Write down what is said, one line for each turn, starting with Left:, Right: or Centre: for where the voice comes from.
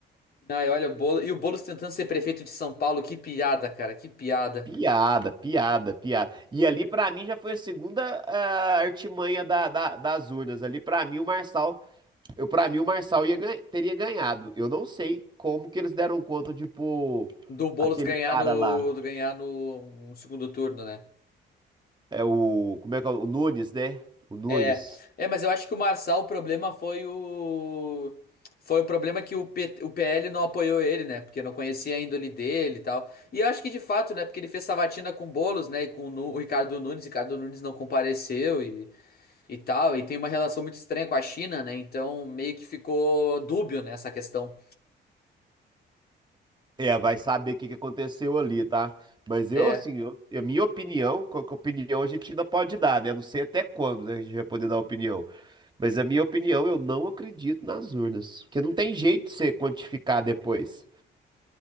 Left: Ai, olha o Boulos. E o Boulos tentando ser prefeito de São Paulo, que piada, cara, que piada.
Right: Piada, piada, piada. E ali, pra mim, já foi a segunda ah, artimanha da- da- das urnas. Ali, pra mim, o Marçal, eu, para mim, o Marçal ia ganha- teria ganhado. Eu não sei como que eles deram conta de pôr
Left: Do Boulos
Right: aquele
Left: ganhar
Right: cara
Left: no.
Right: lá.
Left: do ganhar no no segundo turno, né?
Right: É o, como é que é? O Nunes, né? O Nunes.
Left: É. É, mas eu acho que o Marçal, o problema foi o. Foi o problema que o, P... o PL não apoiou ele, né? Porque não conhecia a índole dele e tal. E eu acho que de fato, né? Porque ele fez sabatina com o Boulos, né? E com o Nu- o Ricardo Nunes. Ricardo Nunes não compareceu e tal, e tem uma relação muito estranha com a China, né? Então meio que ficou dúbio nessa questão.
Right: É, vai saber o que que aconteceu ali, tá? Mas eu,
Left: É,
Right: assim, eu, eu- minha opinião, co- que opinião a gente ainda pode dar, né? Não sei até quando, né, a gente vai poder dar opinião. Mas a minha opinião, eu não acredito nas urnas. Porque não tem jeito de você quantificar depois,